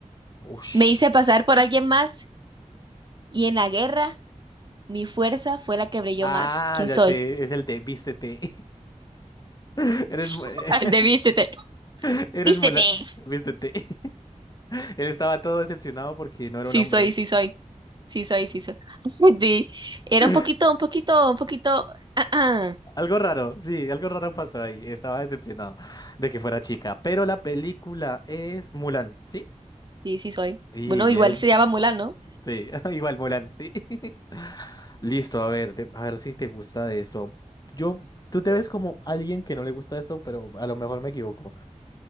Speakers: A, on the left; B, on the right.
A: ush.
B: Me hice pasar por alguien más y en la guerra mi fuerza fue la que brilló
A: Ah,
B: más. ¿Quién soy?
A: ya sé, es el de vístete. <laughs> Eres muy...
B: <laughs>
A: <laughs>
B: El de vístete.
A: <laughs> Eres
B: ¡Vístete!
A: muy... la- Vístete. <laughs> Él estaba todo decepcionado porque no era
B: Sí
A: un hombre.
B: soy, sí soy. Sí soy, sí soy. <laughs> Sí. Era
A: <laughs>
B: un poquito, un poquito, un poquito. ah, ah.
A: Algo raro, sí, algo raro pasó ahí. Estaba decepcionado de que fuera chica. Pero la película es Mulan, ¿sí?
B: Sí, sí soy.
A: Y
B: Bueno,
A: bien,
B: igual se llama Mulan, ¿no?
A: sí. <laughs> Igual Mulan, sí. <laughs> Listo, a ver, de- a ver si te gusta de esto. Yo, tú te ves como alguien que no le gusta esto, pero a lo mejor me equivoco.